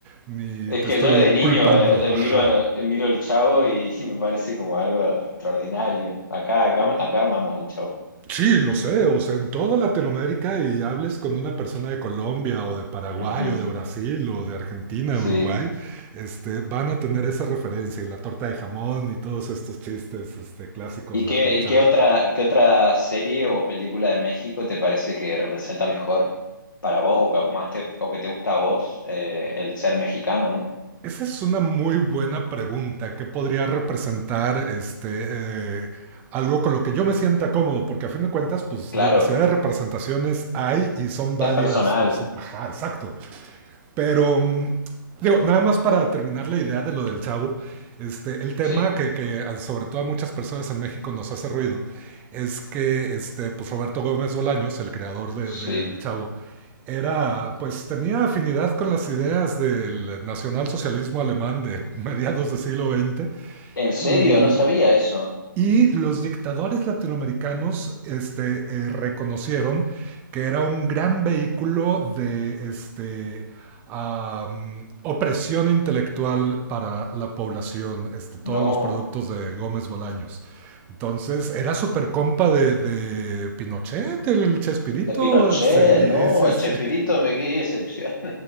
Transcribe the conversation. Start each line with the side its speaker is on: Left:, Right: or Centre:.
Right: ni
Left: Es
Right: te
Left: que
Right: estoy
Left: yo de niño
Right: culpando,
Left: eh, eh,
Right: ajá.
Left: miro, eh, miro el Chavo y, <laughs> me parece como algo extraordinario. Acá, acá, acá amamos el Chavo.
Right: Sí, lo sé, o sea, en toda Latinoamérica y hables con una persona de Colombia o de Paraguay
Left: Ujú,
Right: o de Brasil o de Argentina,
Left: sí.
Right: Uruguay, este, van a tener esa referencia y la torta de jamón y todos estos chistes, este, clásicos
Left: ¿Y
Right: de-
Left: qué,
Right: del
Left: y
Right: Chavo.
Left: qué otra, qué otra serie o película de México te parece que representa mejor para vos o que más te, o que te gusta a vos eh, el ser mexicano, ¿no?
Right: Esa es una muy buena pregunta. ¿Qué podría representar este, eh, algo con lo que yo me sienta cómodo? Porque a fin de cuentas, pues
Left: Claro,
Right: diversidad de representaciones hay y son válidas
Left: es personal.
Right: por sí. Ajá, exacto. Pero, mm, digo, nada más para terminar la idea de lo del chavo, este, el tema
Left: Sí,
Right: que, que sobre todo a muchas personas en México nos hace ruido es que este, pues Roberto Gómez Bolaños, el creador del
Left: sí.
Right: de, El Chavo, era, pues tenía afinidad con las ideas del nacionalsocialismo alemán de <laughs> mediados del siglo XX.
Left: ¿En serio?
Right: Y
Left: No sabía eso.
Right: y los dictadores latinoamericanos este, eh, reconocieron que era un gran vehículo de este, am, opresión intelectual para la población, este, todos
Left: No.
Right: los productos de Gómez Bolaños. Entonces, ¿era súper compa de, de Pinochet, el Chespirito?
Left: De Pinochet,
Right: Sí,
Left: no.
Right: sí,
Left: El
Right: sí.
Left: Chespirito me quedé decepción.